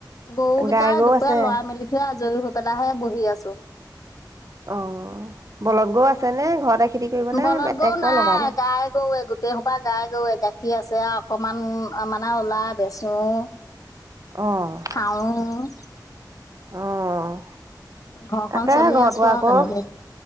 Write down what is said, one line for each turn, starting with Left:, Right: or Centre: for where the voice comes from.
Left: গৰুকেইটা
Right: গাই গৰু
Left: দুপৰীয়া
Right: আছে
Left: লৰাই, মেলি থৈ আজৰি হৈ পেলাইহে বহি আছোঁ।
Right: অ', বলধ গৰু আছেনে? ঘৰতে খেতি কৰিব নে
Left: বলধ
Right: ট্ৰেক্টৰ
Left: গৰু নাই,
Right: লগাব
Left: গাই গৰুৱে গোট গোটেই সোপা গাই গৰুৱে, গাখীৰ আছে আৰু অকনমান মানে ওলাই বেচোঁ
Right: অ'।
Left: আৰু।
Right: অ'
Left: ঘৰখন
Right: তাতে
Left: চলি
Right: ঘৰতো
Left: আছো
Right: আকৌ।
Left: আৰু তেনেকে